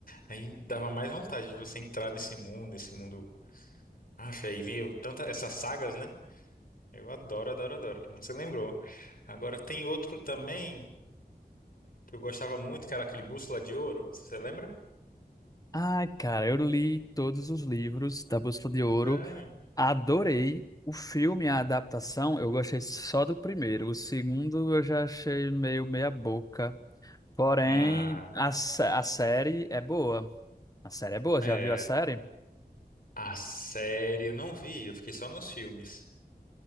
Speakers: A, on the left; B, on the left.
A: Aí dava mais vontade de você entrar nesse mundo, esse mundo. Acha, aí vinha tanta, essas sagas, né? Eu adoro, adoro, adoro. Que mundo você lembrou. Agora tem outro também. que eu gostava muito, que era aquele Bússola de Ouro, você lembra?
B: Ai, cara, eu li todos os livros da Bússola de Ouro,
A: Sério?
B: adorei o filme, a adaptação, eu gostei só do primeiro, o segundo eu já achei meio meia boca, porém
A: Ah, mas...
B: a, sé- a série é boa, a série é boa, já
A: É,
B: viu a série?
A: a série eu não vi, eu fiquei só nos filmes.